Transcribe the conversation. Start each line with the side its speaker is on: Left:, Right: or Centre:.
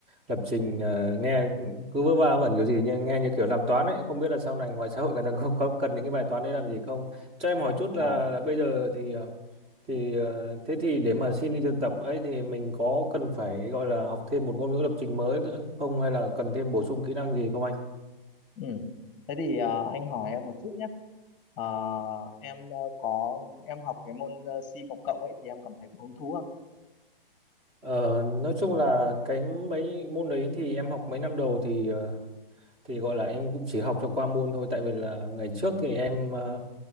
Right: lập trình ờ, nghe cứ vớ va vẩn kiểu gì nhưng nghe như kiểu làm toán ấy không biết là sau này ngoài xã hội người ta có, có cần những cái bài toán đấy làm gì không cho em hỏi chút là,
Left: Ờ,
Right: là bây giờ thì ờ, thì ờ, thế thì để mà xin đi thực tập ấy thì mình có cần phải gọi là học thêm một ngôn ngữ lập trình mới nữa không hay là cần thêm bổ sung kỹ năng gì không anh
Left: ừ. thế thì ờ, anh hỏi em một chút nhé Ờ, em ờ, có em học cái môn ờ, C cộng cộng ấy thì em cảm thấy có hứng thú không?
Right: Ờ, nói chung là cái mấy môn đấy thì em học mấy năm đầu thì ờ, thì gọi là em cũng chỉ học cho qua môn thôi tại vì là ngày trước thì em ờ,